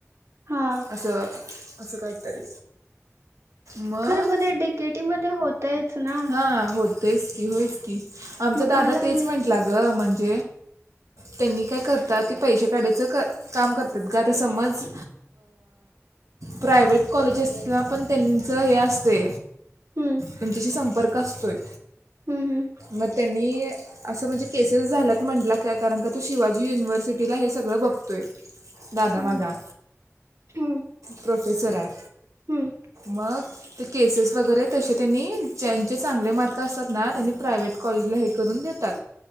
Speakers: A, on the right; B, on the right.
A: हा
B: असं असं काहीतरी मग
A: खरं ब ते डीकेटी मध्ये होतयच ना,
B: हा होतेच की होयच की आमचा
A: मग
B: दादा
A: का लावले
B: तेच म्हंटला
A: ते
B: णज त्यांनी काय करत प काढ कर, तद्गात समज प्रायव्हेट कॉलेजेसला पण त्यांचं हे असते
A: हम्म
B: त्यांच्याशी संप संपर्क असतोय
A: हम्म
B: मग त्यांनी असं म्हणजे केसेस झाल्यात म्हटलं काय कारण का तो शिवाजी युनिव्हर्सिटीला हे सगळं बघतोय. दादादा
A: हम्म
B: माझा
A: हम्म
B: प्रोफेसर आहे.
A: हम्म
B: मग ते केसेस वगैरे तसे त्यांनी ज्यांचे चांगले मार्क असतात ना त्यांनी प्रायवे्ट कॉलेजला हे करून देतात.